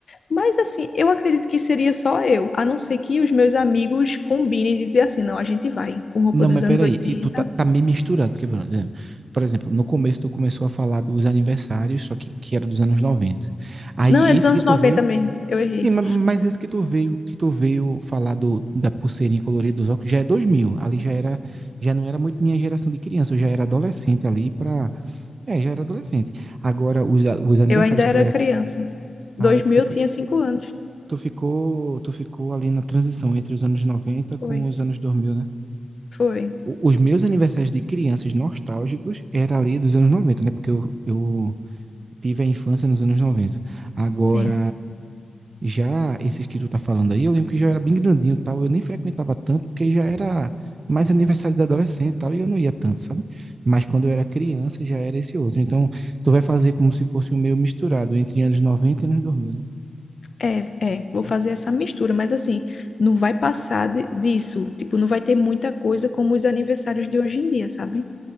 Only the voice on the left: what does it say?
Mas assim, eu acredito que seria só eu, a não ser que os meus amigos combinem de dizer assim, não, a gente vai com roupa
dos
anos
oitenta
Não, é dos
anos
90
mesmo. Eu errei.
Eu ainda era
criança.
2000
eu
tinha 5 anos.
Foi.
Foi.
Sim.
É, é, vou fazer essa mistura, mas assim, não vai passar de- disso. Tipo, não vai ter muita coisa como os aniversários de hoje em dia, sabe?